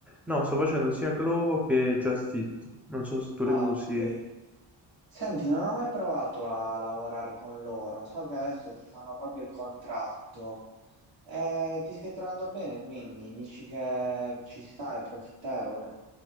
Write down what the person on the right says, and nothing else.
Ah,
ok. Senti, non ho mai provato a lavorare con loro. So che adesso ti fanno proprio il contratto. Eh, ti stai trovando bene, quindi dici che ci sta, è profittevole.